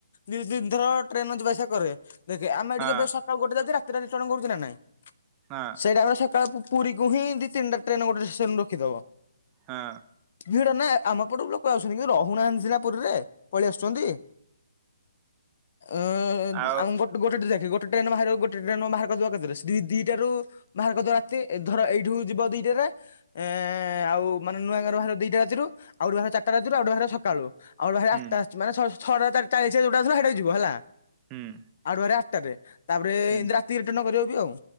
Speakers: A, on the left; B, on the right.
A: ଦି ଦିନଥର ଟ୍ରେନ ଯିବା ଆସିବା କରେ। ଦେଖେ ଆମେ
B: ହଁ
A: ଟିକେ ଏବେ ସକାଳୁ ଗୋଟେ ରାତି ରାତିରେ ନିର୍ଚଳନ ହୋଉଛି ନା ନାଇଁ?
B: ହଁ
A: ସେଇଟା ଆମେ ସକାଳୁକୁ ପୁରି କୁ ହିଁ ଦି ତିନଟା ଟ୍ରେନ ଗୋଟେ ଷ୍ଟେସନରୁ ରଖିଦବ।
B: ହଁ।
A: ଭିଡ ନା ଆମ ପଟକୁ ଲୋକ ଆସଛନ୍ତି କି ରହୁ ନାହାନ୍ତି ପୁରିରେ, ପଳେଇ ଆସୁଛନ୍ତି। ଆଃ
B: ଆଉ
A: ଆମ ଗୋଟେ ଗୋଟେ ଦେଖ <inaudible> ଗୋଟ ଟ୍ରେନ ବାହାରିବ ଗୋଟେ ଟ୍ରେନ ବାହାର କରିଦବା କେତେରେ ଦି-ଦିଟା ରୁ ବାହାର କରିଦବା ରାତି ଧର ଏଇଠୁ ଯିବ ଦିଟାରେ। ଏଁ ଆଉ ମାନେ ନୂଆ ଗର ବାହାରିବ ଦିଟା ରାତିରୁ ଆଉ ବାହାରିବ ଚାରିଟା ରାତିରୁ ଆଉେ ବାହାରିବ ସକାଳୁ। ଆଉ ବାହାରିବା
B: ହୁଁ
A: ଆଠଟା ଆସଛି ମାନେ ଛଅ-ଛଅଟା ଚା-ଚାଳିଶ ଯୋଉଟା ଆଉଥିଲା ହେଇଟା ଯିବ ହେଲା
B: ହୁଁ
A: ଆଉ ଗୋଟେ ବାହାରିବ ଆଠ ତାପରେ
B: ହୁଁ
A: ଏ ରାତି ରିଟର୍ଣ୍ଣ କରିବ ବି ଆଉ।